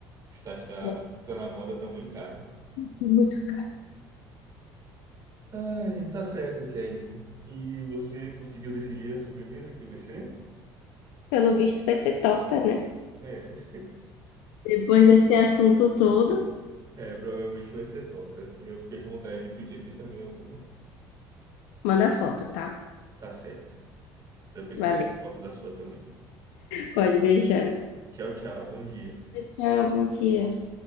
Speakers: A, on the right; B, on the left.
A: Pistache tá,
B: Vai
A: tá na moda também caro.
B: ser Muito caro.
A: Ai, tá certo, Kelly. E você conseguiu decidir a sobremesa que vai ser?
B: Pelo visto, vai ser torta, né?
A: É,
B: Depois desse assunto todo,
A: é, provavelmente vai ser torta. Eu fiquei com vontade de pedir aqui também alguma.
B: manda foto, tá?
A: Tá certo. Depois
B: Valeu.
A: você manda foto da sua também.
B: Pode deixar.
A: Tchau, tchau. Bom dia.
B: Tchau, bom dia.